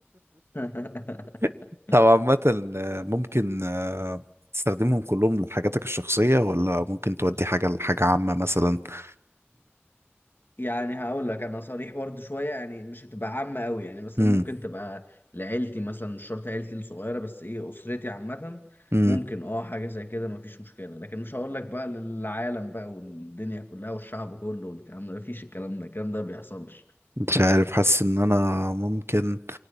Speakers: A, on the left; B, on the right.
A: <laughs>
B: <laughs> طب عامه آه، ممكن آه، تستخدمهم كلهم لحاجاتك الشخصيه ولا ممكن تودي حاجه لحاجه عامه مثلا <clears throat>
A: يعني هقول لك انا صريح برضه شويه يعني مش هتبقى عامه قوي يعني مثلا
B: امم
A: ممكن تبقى لعيلتي مثلا مش شرط عيلتي الصغيره بس ايه اسرتي عامه
B: امم
A: ممكن اه حاجه زي كده مفيش مشكله لكن مش هقول لك بقى للعالم بقى والدنيا كلها والشعب كله والكلام ده مفيش الكلام ده الكلام ده بيحصلش
B: مش عارف حاسس ان انا ممكن